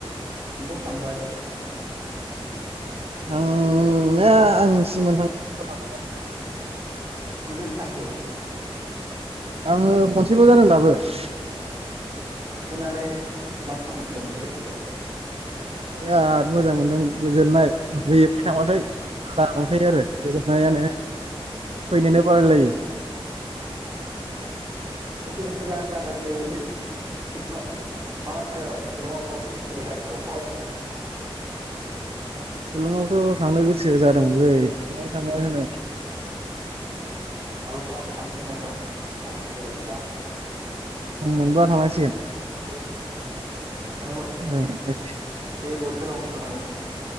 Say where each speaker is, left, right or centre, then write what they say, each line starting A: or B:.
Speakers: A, on the right; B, on the right.
A: नोंथ थांबाय
B: थां थांनाया
A: खनबेसे
B: आं सिमोन थांनाय बोसोराव थांखांबाय।
A: खनबैसो थांखो?
B: आङो खनसेल' जादों दाबो ।
A: नै <unintelligible>
B: बिराद मोजां मोनदों गोजोननाय होयो बियाव थांबाथाय <unintelligible> आरो गोजोननायानो फैनोनो बालायलायो ।
A: <unintelligible> सिलंआव मा मा जायगा दं? सिलंआव <unintelligible>
B: सिलंआवथ थांनो गोसो जादोंमोनलै <unintelligible> थांनो होनो
A: <unintelligible> <unintelligible> समाबो गोरोबला ।
B: उनाव मोनबा थांनांसिगोन ।
A: <unintelligible>
B: ओ थांसै ।
A: बे बोथोरावनो थांनांगौ ।